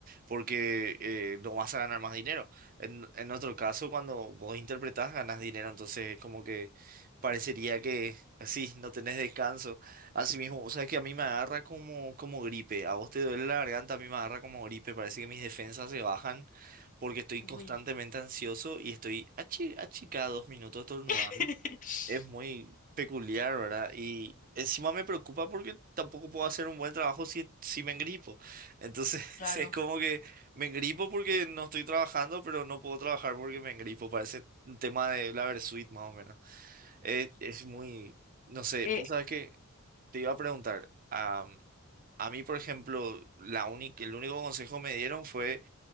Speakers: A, on the right; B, on the left.
A: porque eh, no vas a ganar más dinero. En, en otro caso, cuando vos interpretás, ganas dinero, entonces como que parecería que sí, no tenés descanso. Así mismo, o sea, que a mí me agarra como, como gripe, a vos te duele la garganta, a mí me agarra como gripe, parece que mis defensas se bajan porque estoy
B: uy,
A: constantemente ansioso y estoy achi, achica dos minutos estornudando.
B: <laughs>
A: Es muy peculiar, ¿verdad? Y encima me preocupa porque tampoco puedo hacer un buen trabajo si, si me engripo. Entonces <laughs>
B: claro.
A: es como que me engripo porque no estoy trabajando, pero no puedo trabajar porque me engripo. Parece un tema de la Versuit más o menos. Es, es muy, no sé,
B: Eh,
A: vos sabés que te iba a preguntar, am, a mí, por ejemplo, la única, el único consejo que me dieron fue